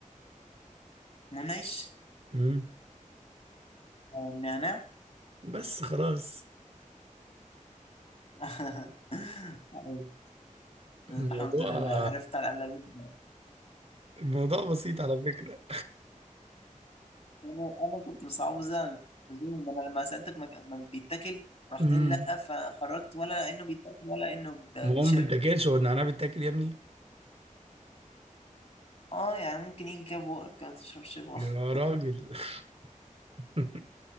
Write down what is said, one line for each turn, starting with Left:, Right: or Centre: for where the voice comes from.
Left: منعش
Right: أمم،
Left: آه، نعناع
Right: بس خلاص
Left: <laughs> عارف. الحمد
Right: الموضوع
Left: لله عرفت على الاقل اجيب
Right: الموضوع بسيط على فكرة
Left: انا انا كنت مصعبه زي ما انا لما سالتك ما كان- ما بيتاكل رحت
Right: أمم،
Left: قايل لا فخرجت ولا انه بيتاكل ولا انه ب-
Right: ما هو
Left: بيتشرب
Right: ما بيتاكلش هو النعناع بيتاكل يا ابني
Left: اه يعني ممكن يجي كده في بقك ما تشربش بقك
Right: يا راجل <laughs>